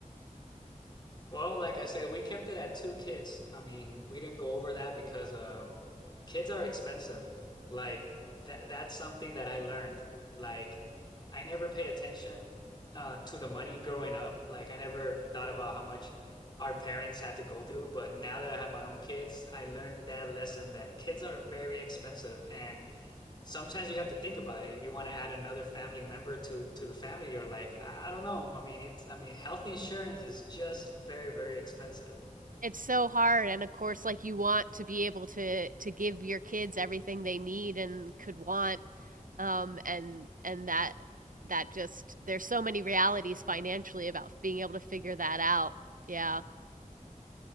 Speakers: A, on the left (about 35°); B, on the right (about 80°).
A: Well, like I said, we kept it at two kids. I mean, we didn't go over that because um kids are expensive. Like that that's something that I learned. Like I never paid attention uh to the money growing up. Like I never thought about how much our parents had to go through, but now that I have my own kids, I learned that lesson that kids are very expensive and sometimes you have to think about it. If you want to add another family member to to the family, you're like, I don't know. I mean, it's I mean, health insurance is just very, very expensive.
B: It's so hard and of course like you want to be able to to give your kids everything they need and could want um and and that that just there's so many realities financially about being able to figure that out. Yeah.